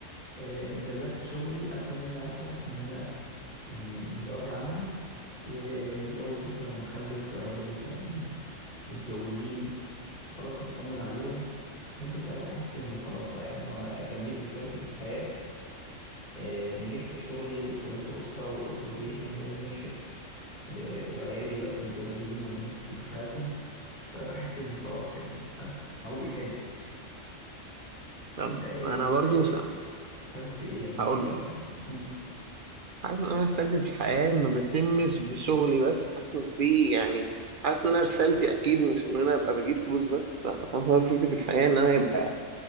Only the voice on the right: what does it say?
طب
انا
برضو
س...
هقول
لك
حاسس ان انا رسالتي في الحياه ما بتتمش بشغلي بس حاسس ان في يعني حاسس ان انا رسالتي اكيد مش ان انا ابقى بجيب فلوس بس لا حاسس ان أنا رسالتي في الحياه ان انا يبقى